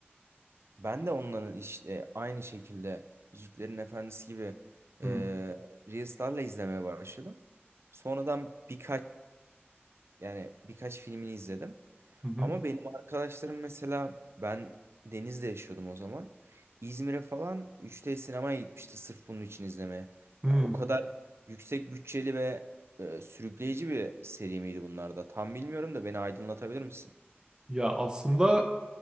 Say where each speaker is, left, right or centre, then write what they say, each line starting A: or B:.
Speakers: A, on the right; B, on the right.
A: Ben de onların işte aynı şekilde Yüzüklerin Efendisi gibi e,
B: Hı
A: Reels'larla izlemeye başladım. Sonradan birkaç yani birkaç filmini izledim.
B: hı hı.
A: Ama benim arkadaşlarım mesela ben Deniz'de yaşıyordum o zaman. İzmir'e falan 3D sinemaya gitmişti sırf bunun için izlemeye.
B: hı.
A: Ya o kadar yüksek bütçeli ve e, sürükleyici bir seri miydi bunlar da? Tam bilmiyorum da beni aydınlatabilir misin?
B: Ya aslında